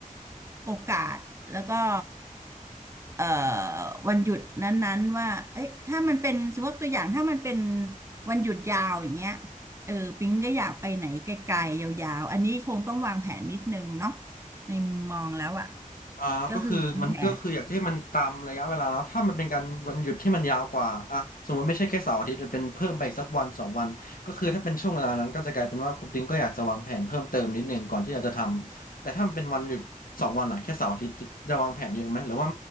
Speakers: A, on the right; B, on the left.
A: โอกาสแล้วก็เอ่อวันหยุดนั้นๆว่าเอ้ยถ้ามันเป็นสมมติตัวอย่างถ้ามันเป็นวันหยุดยาวอย่างเงี้ยเออปิงก็อยากไปไหนไกลๆยาวๆอันนี้คงต้องวางแผนนิดนึงเนาะในมุมมองแล้วอ่ะ
B: อ่าก็คือมันก็คืออยากจะให้มันตามระยะเวลาเนาะถ้ามันเป็นการวันหยุดที่มันยาวกว่าอ่ะสมมติไม่ใช่แค่เสาร์อาทิตย์มันเป็นเพิ่มไปอีกสักวันสองวันก็คือถ้าเป็นช่วงเวลานั้นก็จะกลายเป็นว่าคุณปิงก็อยากจะวางแผนเพิ่มเติมนิดนึงก่อนที่อยากจะทำแต่ถ้ามันเป็นวันหยุดสองวันหลังแค่เสาร์อาทิตย์จะวางแผนเยอะไหมหรือว่า
A: ก็คือวางแผน